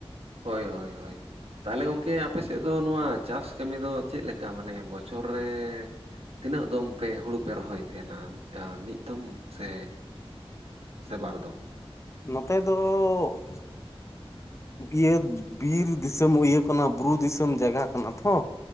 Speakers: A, on the right; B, on the left.
A: ᱦᱳᱭ ᱦᱳᱭ ᱦᱳᱭ ᱛᱟᱦᱚᱞᱮ ᱜᱚᱢᱠᱮ ᱟᱯᱮ ᱥᱮᱫ ᱫᱚ ᱱᱚᱣᱟ ᱪᱟᱥ ᱠᱟᱹᱢᱤ ᱫᱚ ᱪᱮᱫ ᱞᱮᱠᱟ ᱢᱟᱱᱮ ᱵᱚᱪᱷᱚᱨ ᱨᱮ ᱛᱤᱱᱟᱹᱜ ᱫᱚᱢ ᱯᱮ ᱦᱩᱲᱩ ᱯᱮ ᱨᱚᱦᱚᱭ ᱛᱟᱦᱮᱱᱟ ᱢᱤᱫ ᱫᱚᱢ ᱥᱮ ᱥᱮ ᱵᱟᱨ ᱫᱚᱢ
B: ᱱᱚᱛᱮ ᱫᱚ ᱤᱭᱟᱹ ᱵᱤᱨ ᱫᱤᱥᱚᱢ ᱤᱭᱟᱹ ᱠᱟᱱᱟ ᱵᱩᱨᱩ ᱫᱤᱥᱚᱢ ᱡᱟᱭᱜᱟ ᱠᱟᱱᱟ ᱛᱚ